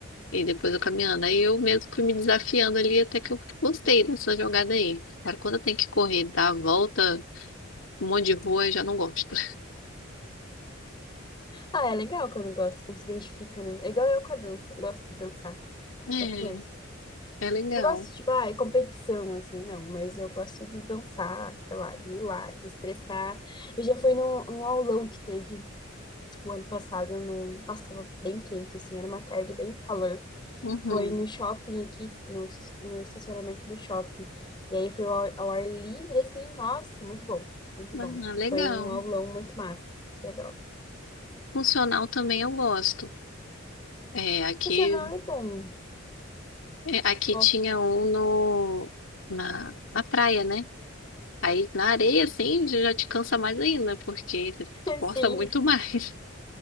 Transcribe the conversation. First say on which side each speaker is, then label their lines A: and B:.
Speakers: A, on the left; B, on the left.
A: E depois eu caminhando. Aí eu mesmo fui me desafiando ali até que eu gostei dessa jogada aí. Agora, quando eu tenho que correr, dar a volta. Um monte de rua eu já não gosto.
B: Ah, é legal quando gosta, quando se identifica, né? É igual eu com a dança, gosto de dançar,
A: É,
B: gosto mesmo.
A: é legal.
B: Não gosto, tipo, ah, é competição, assim, não, mas eu gosto de dançar, sei lá, de ir lá, desestressar. Eu já fui num, num aulão que teve o ano passado, num... nossa, tava bem quente, assim, era uma tarde bem calor.
A: Uhum.
B: Foi no shopping aqui, no, es- no estacionamento do shopping. E aí foi ao, ar ao ar livre, assim, nossa, muito bom, muito bom.
A: Ah, legal.
B: Foi um aulão muito massa, muito legal.
A: Funcional também eu gosto. É, aqui,
B: Funcional é bom,
A: é, aqui
B: gosto.
A: tinha um no, na, na praia, né? Aí na areia, assim, já já te cansa mais ainda, porque você
B: <laughs>
A: força
B: Sim,
A: muito mais.